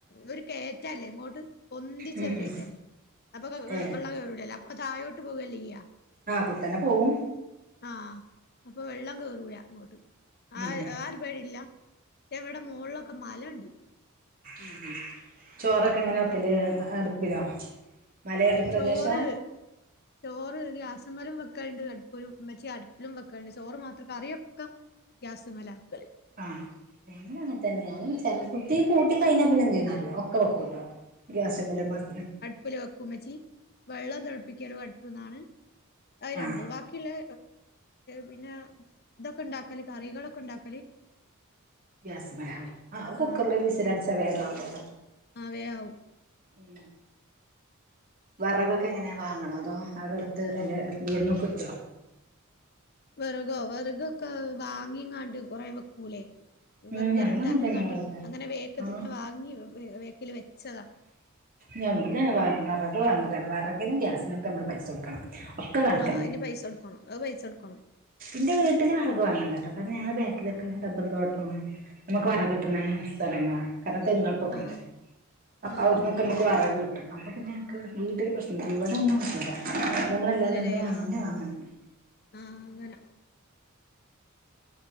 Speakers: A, on the left; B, on the right.
A: ഒര് കേറ്റല്ലേ ഇങ്ങോട്ട്? പൊന്തിച്ചൊരു
B: ഉം ഉം
A: കേറ്റല്ലേ, അപ്പൊ
B: ഏ
A: വെള്ളം കയറൂലല്ല, അപ്പൊ താഴോട്ട് പോവല്ലേ ചെയ്യ.
B: ആഹ്, കുത്തനെ പോവും.
A: ആഹ്, അപ്പൊ വെള്ളം കേറൂല ഇങ്ങോട്ട്, ആഹ്
B: ഉം
A: ആഒരു പേടില്ല. ന്നെവിടെ മോൾലൊക്കെ മലണ്ട്.
B: ഉം.. ചോറൊക്കെങ്ങനെ
A: നല്ല
B: വെക്കല് അടുപ്പിലോ? മലയോര പ്രദേശ
A: ചോറ്... ചോറ് ഗ്യാസ്മ്മലും വെക്കൽണ്ട്, അടുപ്പ്‌ലും മച്ചി അടുപ്പിലും വെക്കൽണ്ട്, ചോറ് മാത്രം കറിയൊക്ക... ഗ്യാസ് മലാ വെക്കല്.
B: ആഹ്, ഞങ്ങളങ്ങൻതന്നെ ഞാൻ പിന്നെ ചെ തീ പൂട്ടി കഴിഞ്ഞാ പിന്നെ എന്തെയ്യുന്നറിയോ? ക്കൊ വെക്കുട്ടോ, ഗ്യാസമലക്കാട്ടിലും
A: ടുപ്പല് വെക്കുമ്മച്ചി, വെള്ളം തെളപ്പിക്കലു അടുപ്പ്ന്നാണ്, അത് രണ്ടും.
B: ആ
A: ബാക്കിള്ളെ... പിന്നെ തൊക്കെ ഉണ്ടാക്കല് കറികളൊക്കെ ഉണ്ടാക്ക
B: ഗ്യാസ്മല, ആഹ് കുക്കർലൊരു
A: ആ
B: വിസിലടിച്ച വേഗാവോലൊ.
A: ആഹ് വേആവും.
B: ഉം. വറകൊക്കെ എങ്ങനെയാ വാങ്ങണ തോ? അടെടുത്ത് അല്ലെ വീട്ന്ന് ക്ട്ടോ?
A: വെറകോ? വെറ്കൊക്കെ വാങ്ങിങ്ങാണ്ട് കൊറേ വെക്കൂലേ?
B: ഉം
A: വെർഗര
B: ഞങ്ങളും
A: ണ്ടാക്കിങ്ങാണ്ട്.
B: അങ്ങനെ തന്നെ വിറക്
A: അങ്ങനെ വേക്ക്
B: ആഹ്
A: തന്നെ വാങ്ങി വേക്കിൽ വെച്ചതാ
B: ഞങ്ങുന്നെ വിറക് വാങ്ങലാണ്. വിറകിനും ഗ്യാസിനോക്കെ നമ്മള് പൈസ കൊടുക്കണം. ഒക്കെ കണക്ക്
A: ആഹ് അയിന് പൈസൊട്ക്കണം. അത് പൈസൊട്ക്കണം
B: ന്റെ വീട്ടില് വെറക് വാങ്ങണ്ട ട്ടോ. കാരണം ഞങ്ങളെ ബേക്കിലൊക്കെ റബ്ബറും തോട്ടണ് നമുക്ക് വെറക് കിട്ടുന്ന സ്ഥലങ്ങളാണ്. കാരണം തെങ്ങൾപ്പൊക്കൊണ്ട്
A: ആ
B: അപ്പ
A: ആ
B: ഔട്ന്നൊക്കെമ്മക്ക്
A: ആ
B: വറക് കിട്ടും. അപ്പ പിന്നെ ഞങ്ങക്ക് വീട്ടില് പ്രശ്നംല്ല. ഇവടെന്നും കിട്ടൂല നമ്മളല്ലാതെ
A: ഇല്ലലേ,
B: നമ്മള് വാങ്ങന്നെ
A: ആഹ്
B: വാങ്ങണം
A: ആഹ് അങ്ങന